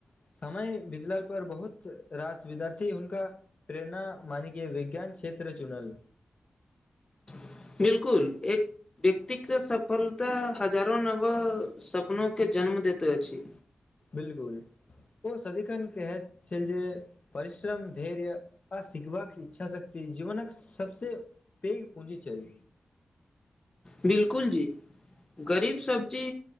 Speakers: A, on the left; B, on the left.
A: समय बितलााल पर बहुत रास विद्यार्थी हुनका प्रेरणा मानिक विज्ञान क्षेत्र चुनल
B: <inaudible> बिलकुल एक व्यक्तिग सफलता हजारो नव सपनो के जन्म दैत अछि।
A: बिलकुल ओ सदिखन कहैत छल जे परिश्रम धैर्य आ सिखबाक इच्छा शक्ति जीवनक सबसे पैघ पूंजी छेल।
B: बिलकुल जी गरीब सब्जी